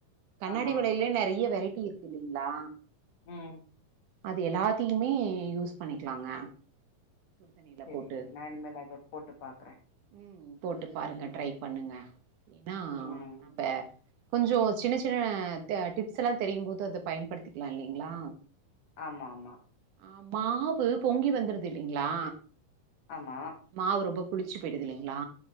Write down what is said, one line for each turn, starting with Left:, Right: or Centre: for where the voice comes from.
Right: கண்ணாடி
Left: ஆமா
Right: வளையிலயே நிறைய வெரைட்டி கிட்டி இருக்கு இல்லலைங்களா
Left: ம்
Right: அது எல்லாத்தையுமே யூஸ் பண்ணிக்கலாங்க தண்ணில
Left: செரி
Right: போட்டு
Left: செரி நா இனிமேல் அத போட்டு பாக்குறே
Right: ம் போட்டு பாருங்க ட்ரை இங்க இதா
Left: ம்
Right: நம்ப கொஞ்சோ சின்ன சின்ன டிப்ஸ் எல்லா தெரியு போது அத பயன்படுத்திக்கலா இல்லைங்களா
Left: ஆமா ஆமா
Right: ஆ மாவு பொங்கி வந்துருது இல்லைங்களா
Left: ஆமா
Right: மாவு ரொம்ப புளிச்சு போய்டுது இல்லைங்களா